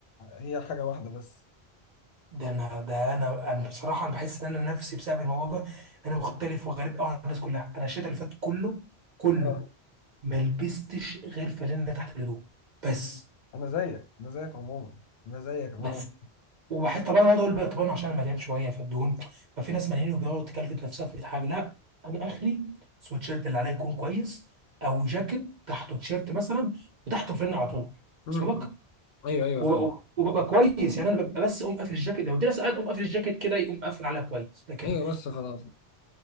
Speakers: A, on the left (about 70°); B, on the right (about 50°).
A: هي حاجة واحدة بس؟
B: ده انا ده انا انا بصراحه انا بحس ان انا نفسي بسبب الموضوع ده انا مختلف وغريب قوي عن الناس كلها انا الشتاء اللي فات كله كله
A: اه
B: ما لبستش غير فانلة تحت الهدوم بس
A: انا زيك انا زيك عموما انا زيك عموما
B: بس وبحس طب انا اقعد اقول بقى طب انا عشان مليان شويه فالدهون ففي ناس مليانين وبيقعدوا تكلفت نفسها في 100 حاجه لا انا اخري سويتشيرت اللي عليا يكون كويس او جاكيت تحته تيشيرت مثلا وتحته فن على طول
A: مم.
B: وصل لك
A: ايوه ايوه
B: وب-
A: فاهم
B: وببقى كويس يعني انا ببقى بس اقوم قافل الجاكيت لو الدنيا ساقعه اقوم قافل الجاكيت كده يقوم قافل عليها كويس لكن
A: ايوه بس خلاص